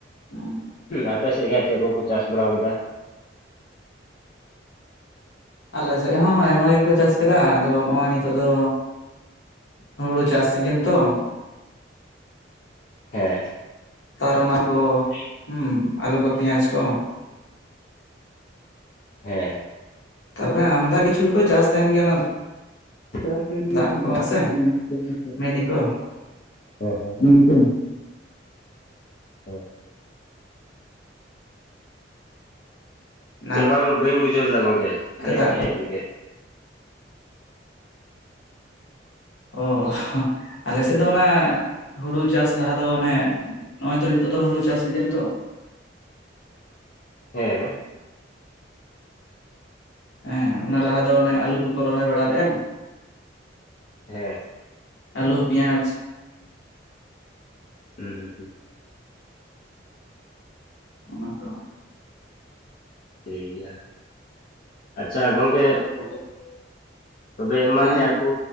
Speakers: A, on the left (about 65°); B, on the left (about 45°).
A: ᱦᱮᱸ
B: ᱟᱯᱮ ᱥᱮᱜ-ᱜᱮ ᱦᱟᱸᱜ ᱪᱮᱫ ᱠᱚᱠᱚ ᱪᱟᱥ ᱵᱟᱲᱟᱣ ᱠᱟᱫᱟ?
A: ᱟᱞᱮᱥᱮᱫ ᱦᱚᱸ ᱟᱭᱢᱟ ᱜᱮᱠᱚ ᱪᱟᱥ ᱠᱟᱫᱟ ᱟᱫᱚ ᱱᱚᱜ-ᱚᱭ ᱱᱤᱛᱚᱜ ᱫᱚ ᱦᱩᱲᱩ ᱪᱟᱥ ᱥᱤᱡᱤᱱ ᱛᱚ
B: ᱦᱮᱸ᱾
A: ᱠᱟᱨ ᱚᱱᱟ ᱠᱚ ᱦᱩᱸ ᱟᱞᱩ ᱠᱚ ᱯᱮᱸᱭᱟᱡ ᱠᱚ,
B: ᱦᱮᱸ᱾
A: ᱛᱟᱦᱞᱮ ᱟᱢᱫᱟ ᱠᱤᱪᱷᱩ ᱠᱚ ᱪᱟᱥ ᱛᱟᱦᱮᱸᱱ ᱜᱮᱭᱟ ᱚᱱᱟ
B: <inaudible>
A: ᱫᱟᱜ ᱠᱚ
B: ᱦᱮᱸ
A: ᱥᱮ ᱢᱤᱱᱤ
B: ᱦᱮᱸ
A: ᱠᱚ
B: <inaudible> <inaudible>
A: ᱚᱱᱟᱛᱮ
B: ᱪᱮᱫ ᱵᱟᱝ ᱵᱟᱹᱧ ᱵᱩᱡᱷᱟᱹᱣ ᱞᱮᱫᱟ ᱜᱚᱝᱠᱮ ᱠᱷᱟᱹᱞᱤᱧ
A: ᱫᱟᱜ
B: ᱦᱮᱸ
A: ᱠᱚ
B: ᱤᱫᱤ ᱠᱮᱜ᱾
A: ᱚᱼᱦᱚ ᱟᱞᱮ ᱥᱮᱫ ᱫᱚ ᱚᱱᱟ ᱦᱩᱲᱩ ᱪᱟᱥ ᱞᱟᱦᱟ ᱫᱚ ᱚᱱᱮ ᱱᱚᱜ-ᱚᱭ ᱛᱚ ᱱᱤᱛᱚᱜ ᱫᱚ ᱦᱩᱲᱩ ᱪᱟᱥ ᱥᱤᱡᱮᱱ ᱛᱚ,
B: ᱦᱮᱸ᱾
A: ᱦᱮᱸ ᱚᱱᱟ ᱞᱟᱦᱟ ᱫᱚ ᱚᱱᱮ ᱟᱞᱩ ᱠᱚᱠᱚ ᱨᱚᱦᱚᱭ ᱵᱟᱲᱟ ᱞᱮᱜᱼᱟ
B: ᱦᱮᱸ᱾
A: ᱟᱞᱩ, ᱯᱤᱭᱟᱸᱪ
B: ᱦᱩᱸ ᱦᱩᱸ ᱦᱩᱸ᱾
A: ᱚᱱᱟ ᱠᱚᱦᱚᱸ
B: ᱴᱷᱤᱠ ᱜᱮᱭᱟ ᱟᱪᱪᱷᱟ ᱜᱚᱝ ᱛᱵᱮᱜ
A: ᱟᱨ ᱯᱚᱴᱚᱞ ᱠᱚ
B: ᱛᱚᱵᱮ ᱮᱢᱟᱱ
A: ᱦᱮᱸ
B: ᱛᱮᱭᱟᱜ ᱠᱩ